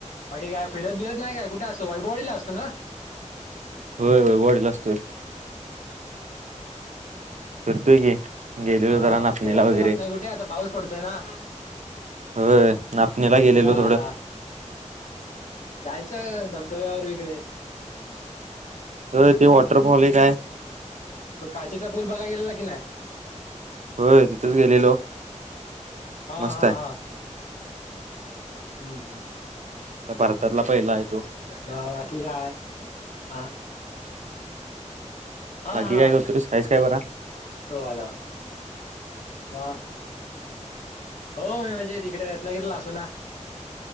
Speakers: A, on the left (about 80°); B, on the right (about 65°).
A: बाकी काय फिरत विरत नाही काय कुठे असतो वैभवळीला असतो ना.
B: होय होय वडेल असतोय, फिरतोय की. गेलेलो
A: हा
B: जरा नाचणीला
A: फिरा्य बिरायला
B: वगैरे
A: जात नाही कुठे? आता पाऊस पडतोय ना?
B: होय. नापणीला गेलेलो
A: हा
B: थोडं.
A: हा जायचं धबधब्यावर तिकडे.
B: तर ते वॉटरफॉल एक हाय.
A: तो काशीचा पूल बघायला गेलेला की नाही?
B: होय तिथेच गेलेलो
A: हा
B: मस्त
A: हा
B: आहे.
A: हा हम्म.
B: भारतातला पहिला आहे तो
A: बाकी काय, हा. हा
B: बाकी
A: हा
B: काय करतोयस, हायस का बरा?
A: तो वाला, वा. होय म्हणजे तिकडे रत्नागिरीला असतो ना.